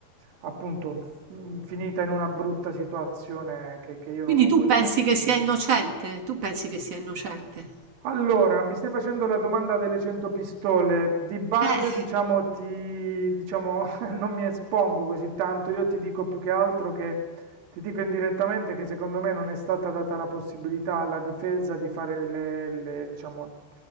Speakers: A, on the right; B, on the right.
A: appunto f- finita in una brutta situazione che, che io
B: Quindi
A: non augurerei
B: tu pensi
A: a nessuno.
B: che sia innocente? Tu pensi che sia innocente?
A: Allora, mi stai facendo la domanda delle 100 pistole. Di base,
B: Eh.
A: diciamo, ti, diciamo, <laughs> non mi espongo così tanto. Io ti dico più che altro che ti dico indirettamente che secondo me non è stata data la possibilità alla difesa di fare le, le, diciamo,